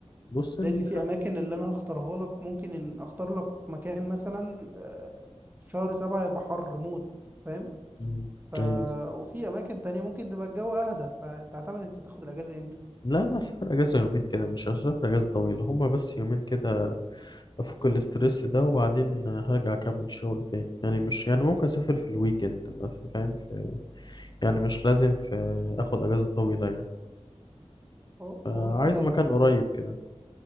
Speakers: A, on the left; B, on the right.
A: بص ال...
B: لان في اماكن اللي انا هختارها لك ممكن ان اختار لك مكان مثلا آه، في شهر سبعة يبقى حر موت فاهم
A: مم.
B: ف...
A: أيوه
B: وفي اماكن تانية ممكن تبقى الجو اهدى فتعتمد انت تاخد الاجازة امتى
A: لا أنا هسافر أجازة يومين كده مش هسافر أجازة طويلة هما بس يومين كده افك الاسترس ده وبعدين هرجع اكمل شغل تاني يعني مش يعني ممكن اسافر في الويكند ما ف- فاهم في يعني مش لازم في اخد اجازة طويلة يعني
B: هو
A: عايز
B: هو انت لو
A: مكان قريب كده